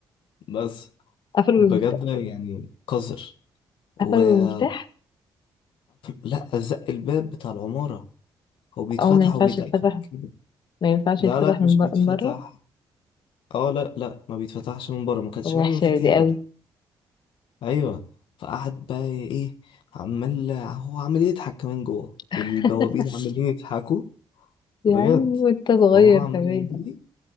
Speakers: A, on the left (about 80°); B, on the left (about 60°).
A: بس
B: قفلوا
A: بجد
B: بالمفتاح
A: يعني قذر وقفل
B: قفلوا بالمفتاح
A: لا زق الباب بتاع العمارة هو بيتفتح
B: او ما ينفعش
A: وبيتقفل
B: يتفتح
A: كده
B: ما ينفعش
A: لا
B: يتفتح
A: لا
B: من
A: مش
B: ب-
A: بيتفتح
B: من بره
A: اه لا لا ما بيتفتحش من بره ما كانش
B: وحشه
A: معايا مفاتيح
B: دي
A: بتاع
B: قوي
A: ايوه فقعد بقى ايه عمال هو عمال يضحك كمان جوه
B: <laughs>
A: والبوابين عمالين يضحكوا
B: يا
A: بجد
B: عيني وانت صغير
A: وهو عمال
B: كمان
A: يجري